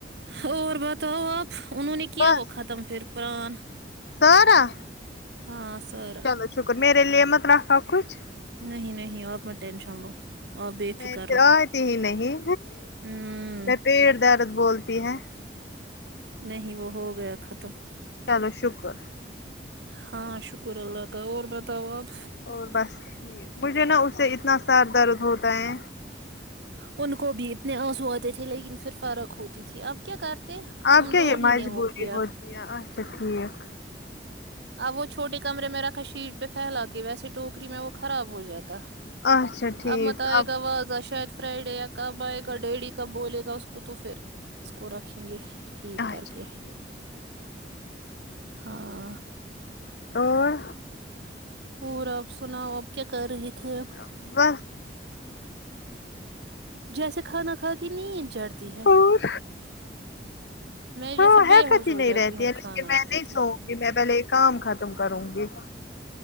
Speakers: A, on the right (about 75°); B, on the left (about 70°).
A: اور بتاؤ آپ انہوں نے کیا
B: بس
A: وہ ختم پھر پان
B: سارا
A: ہاں سارا
B: چلو شکر میرے لیے مت رکھا کچھ
A: نہیں نہیں آپ میں ٹشن لو آپ بے
B: میں
A: فکر رہو
B: آتی ہی نہیں
A: ہمم
B: میں پیر درد بولتی ہیں
A: نہیں وہ ہو گیا ختم
B: چلو شکر
A: ہاں شکر اللہ کا اور بتاؤ آپ
B: اور بس مجھے نا اس سے اتنا سر درد ہوتا ہے
A: ان کو بھی اتنے آنسو اتے تھے لیکن پھر فرق ہوتی تھی اب کیا کر تے
B: آپ
A: ان
B: کیا
A: دو
B: یہ
A: ہی
B: مجبوری
A: نے وہ کیا
B: ہوتی اچھا ٹھیک
A: اب وہ چھوٹے کمرے میں رکھا شیٹ پہ پھیلا کے ویسے ٹوکری میں وہ خراب ہو جاتا
B: اچھا ٹھیک
A: آب مت یہگ واز شاید فرائیڈے کہ آب یہ ڈیڈ کا بولے گا اس کو تو پھر اس کو رکھیں گے ٹھیک
B: اچھا
A: کر کے ہاں
B: اور
A: اور آپ سناؤ اب کیا کر رہے تھے
B: ہم بس
A: جیسے کھانا کھا کے نیند چڑھتی ہے
B: اور
A: میں جیسے
B: ہاں
A: بے
B: ہے
A: ہوش
B: کتی
A: ہو
B: نہیں
A: جاتی
B: رہتی
A: ہوں
B: ہے
A: کھانا
B: لیکن میں
A: کھا
B: نہیں
A: کے
B: سووں گی میں پہلے کام ختم کروں گی